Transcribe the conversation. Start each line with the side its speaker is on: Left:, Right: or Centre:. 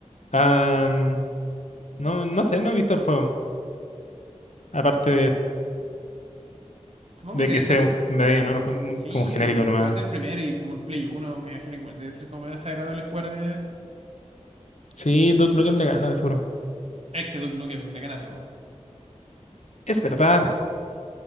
Left: Ah, no, no sé, no he visto el juego. Aparte de,
Right: Supongo
Left: de
Right: que
Left: que
Right: debe
Left: sea
Right: ser,
Left: un medio, ¿no? Como,
Right: sí,
Left: como genérico
Right: eh,
Left: nomás.
Right: para ser primero y como en Play uno me imagino que igual debe ser como más desagradable jugar. de-
Left: Sí, Duke Nukem le gana, de seguro.
Right: Es que Duke Nukem le gana todo.
Left: Es verdad.